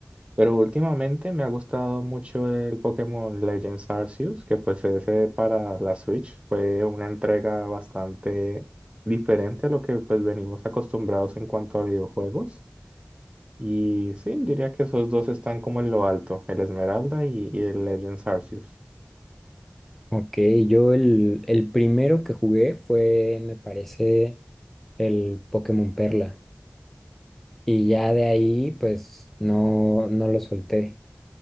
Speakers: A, on the right; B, in the centre.
A: Pero últimamente me ha gustado mucho el Pokémon Legends Arceus, que pues ese para la Switch fue una entrega bastante diferente a lo que pues venimos acostumbrados en cuanto a videojuegos. Y sí, diría que esos dos están como en lo alto, el Esmeralda y, y el Legends Arceus.
B: Ok, yo el, el primero que jugué fue, me parece, el Pokémon Perla. Y ya de ahí, pues, no, no lo solté.